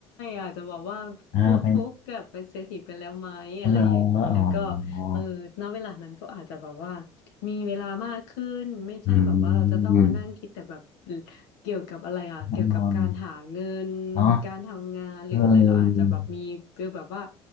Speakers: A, on the left; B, on the left.
A: อาจจะบอกว่าฟุกฟุกกับเป็นเศรษฐีไปแล้วไหมอะไรอย่างนี้แล้วก็
B: เออเป็นเอออ๋อ
A: เออณเวลานั้นก็อาจจะแบบว่ามีเวลามากขึ้นไม่ใช่แบบว่าเราจะต้องมานั่งคิดแต่แบบ
B: อืม
A: เกี่ยวกับอะไรอ่ะเกี่ยวกับการหาเงิน
B: นอนเนาะ
A: การทำงานหรืออะไรเราอาจจะแบบมีฟีลแบบว่า
B: เออ